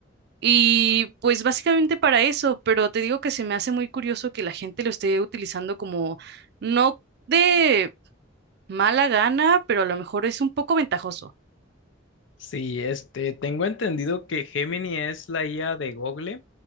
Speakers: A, on the right; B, on the left.
A: Y pues básicamente para eso, pero te digo que se me hace muy curioso que la gente lo esté utilizando como no de mala gana, pero a lo mejor es un poco ventajoso.
B: Sí, este, tengo entendido que Gemini es la IA de Google.